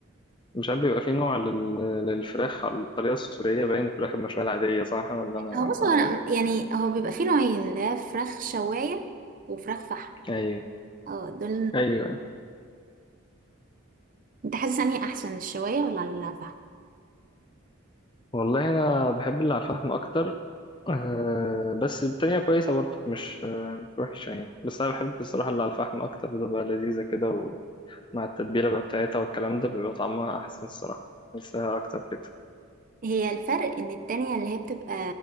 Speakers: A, on the left; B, on the right.
A: مش عارف بيبقى فيه نوع لل... للفراخ على الطريقة السورية باين الفراخ المشوية العادية صح ولا أنا
B: هو بص
A: أنا
B: هو
A: غلط؟
B: أنا يعني هو بيبقى فيه نوعين اللي هي فراخ شواية وفراخ فحم
A: ايوه
B: اه دول
A: ايوه أيوة.
B: انت حاسس انهي احسن الشوايه ولا على الفحم
A: والله انا بحب اللي على الفحم اكتر أه بس التانية كويسة برضه مش آه، مش وحشة يعني بس انا بحب الصراحة اللي على الفحم اكتر بتبقى لذيذة كده ومع التتبيلة بقى بتاعتها والكلام ده بيبقى طعمها احسن الصراحة بحسها اكتر كده
B: هي الفرق ان التانية اللي هي بتبقى